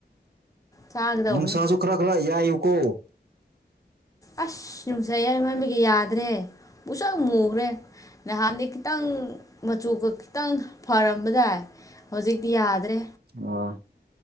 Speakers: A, on the left; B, on the right.
A: ꯆꯥꯒꯗꯧꯕꯅꯤ
B: ꯅꯨꯡꯁꯥꯁꯨ ꯈꯔ ꯈꯔ ꯌꯥꯏꯨꯀꯣ
A: ꯑꯁ ꯅꯨꯡꯁꯥꯏ ꯌꯥꯃꯣꯟꯕꯒꯤ ꯌꯥꯗ꯭ꯔꯦ ꯃꯁꯛ ꯃꯨꯈ꯭ꯔꯦ ꯅꯍꯥꯟꯗꯤ ꯈꯤꯇꯪ ꯃꯆꯨꯒ ꯈꯤꯇꯪ ꯐꯔꯝꯕꯗꯥꯏ ꯍꯧꯖꯤꯛꯇꯤ ꯌꯥꯗ꯭ꯔꯦ
B: ꯑꯣ